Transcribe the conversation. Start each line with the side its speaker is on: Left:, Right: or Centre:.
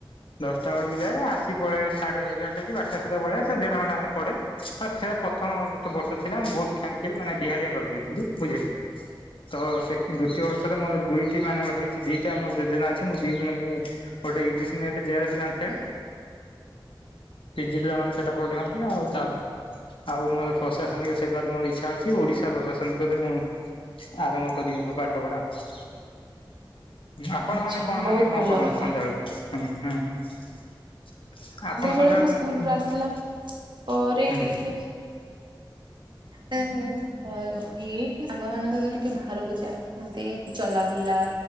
Left: ଦଶଟା ବୋଳୁକୁ ଯାଏ ଆସି ପଳେ ସାଢେ ଏଗାରଟା କି ବାରଟା ସୁଦ୍ଧା ପଳେଇ ଆସେ ଦେଢ ଘଣ୍ଟା ଖଣ୍ଡେ ପଢେ। <unintelligible> ସେରା ପ୍ରଥମ ବର୍ଷ ଥିଲା ମୁଁ ବୋହୁତ କ୍ଷ୍ୟାମ୍ ଖାଲି ମାନେ ଡିହାଲିଆ କରିଦେଇଥିଲି ବୁଝିଲେ। ତ ସେ ଦୁତୀୟ ବର୍ଷରେ ମୋରୋ ଦିଇଟି ମାନେ ଭାବିଛି ଦିଟା ମୋ ଯୋଜନା ଅଛି ମୁଁ ଦି ମାନେ ଗୋଟେ ଇଯିସ୍ ନେଟ୍ ଯିବା କଥା ଜାଣିଥେବେ। ପିଜି ପିଲାମାନେ ସେଟା ପଢ଼ିଅନ୍ତି ଆଉ ତା ଆଉ ମୋରୋ ପ୍ରଶାସନିକ ସେବା ତ ମୋରୋ ଇଚ୍ଛା ଅଛି ଓଡିଶା ପ୍ରଶାସ ସନିକରେ ମୁଁ ଆରମ୍ଭ କରିବି ପାଠ ପଢା ଆଉ। ହୁଁ ଆପଣ
Right: ଆଚ୍ଛା
Left: ମାନେ କଣ
Right: ବହୁତ
Left: ମାନେ କଁ
Right: ଭଲ
Left: କରନ୍ତି
Right: କଥା
Left: ସନ୍ଧ୍ୟାବେଳେ ହୁଁ, ହୁଁ। ଆପଣ
Right: ବେଳେ
Left: ସନ୍ଧ୍ୟା
Right: ମୁଁ ସ୍କୁଲରୁ
Left: <unintelligible>
Right: ଆସିଲା ପରେ
Left: ହୁଁ।
Right: ଟିକେ <unintelligible> ଏଇଠି ସାଙ୍ଗ ମାନଙ୍କ ସହ ଟିକେ ବାହାରକୁ ଯାଏ ଏମିତି ଚଲା ବୁଲା